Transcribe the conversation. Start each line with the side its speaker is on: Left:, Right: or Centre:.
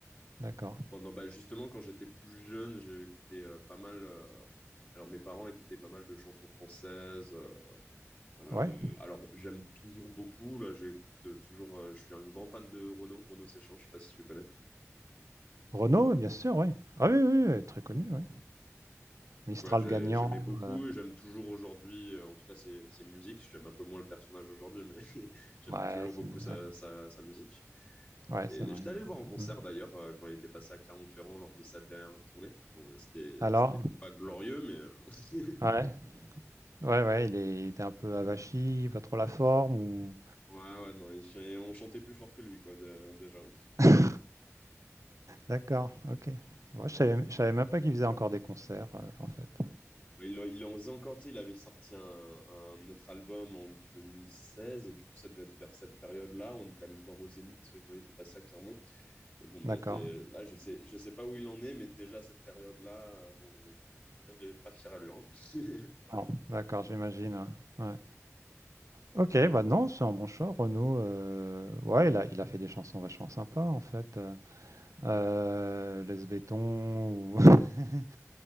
Right: D'accord.
Left: Pendant, bah, justement, quand j'étais plus jeune, j'ai écouté euh, pas mal. euh, alors, mes parents écoutaient pas mal de chansons françaises. euh, euh,
Right: Ouais.
Left: alors, j'aime toujours beaucoup. Là, j'écoute euh, toujours. euh, je suis un grand fan de Renaud, Renaud Séchan. Je sais pas si tu connais.
Right: Renaud, bien sûr, oui. Ah oui, oui, oui, très connu, oui.
Left: Donc,
Right: Mistral
Left: ouais, j'ai-
Right: gagnant,
Left: j'aimais beaucoup.
Right: heu,
Left: et J'aime toujours aujourd'hui. euh, en tout cas, ses, ses musiques. J'aime un peu moins le personnage aujourd'hui, mais <laughs> j'aime
Right: ouais,
Left: toujours
Right: c'est
Left: beaucoup
Right: des
Left: sa,
Right: ouais.
Left: sa, sa musique.
Right: Ouais,
Left: Et
Right: c'est vrai,
Left: j'étais
Right: ouais.
Left: allé le voir en concert
Right: Mmh.
Left: d'ailleurs euh, quand il était passé à Clermont-Ferrand lors de sa dernière tournée. Bon, euh, c'était
Right: Alors?
Left: c'était pas glorieux, mais euh, <laughs>
Right: Ouais. Ouais, ouais, il est il était un peu avachi, pas trop la forme ou?
Left: Ouais, ouais, non, il ch- on chantait plus fort que lui, quoi, de- déjà.
Right: <laughs> D'accord, OK. Moi, je savais je savais même pas qu'ils faisaient encore des concerts, heu, en fait.
Left: Mais Il, en- il en faisait encore, tu sais, il avait sorti un, un autre album en 2016, et du coup, ça devait être vers cette période-là. On était allé le voir au Zénith euh, quand il était passé à Clermont. Et bon, mais
Right: D'accord.
Left: dès- là, je sais, je sais pas où il en est, mais déjà à cette période-là, euh, bon, il avait pas fière allure, hein.
Right: Alors, d'accord, j'imagine, ouais. Ouais. OK, bah, non,
Left: <laughs>
Right: c'est un bon choix, Renaud, heu, ouais, il a il a fait des chansons vachement sympas, en fait, heu, heu, laisse ou <laughs>